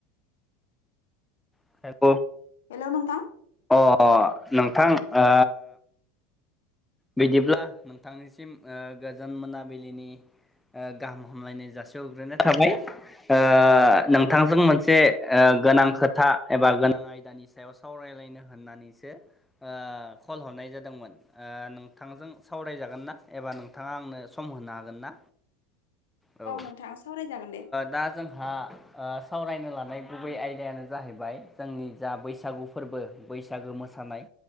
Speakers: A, in the centre; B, on the left.
A: <unintelligible>
B: हेल' नोंथां।
A: अ नोंथां ओ बिदिब्ला नोंथांनिसिम ओ गोजोन मोनाबिलिनि ओ गाहाम हामलायनाय जासिहरग्रोनाय थाबाय। ओ नोंथांजों मोनसे ओ गोनां खोथा एबा गोनां आयदानि सायाव सावरायलायनो होननानैसो ओ कल हरनाय जादोंमोन ओ नों नोंथांजों सावरायजागोन ना एबा नोंथाङा आंनो सम होनो हागोन ना? औ ओ
B: नोंथां सावरायजागोन दे
A: दा जों हा ओ सावरायनो लानाय गुबै आयदायानो जाहैबाय जोंनि जा बैसागु फोरबो बैसागो मोसानाय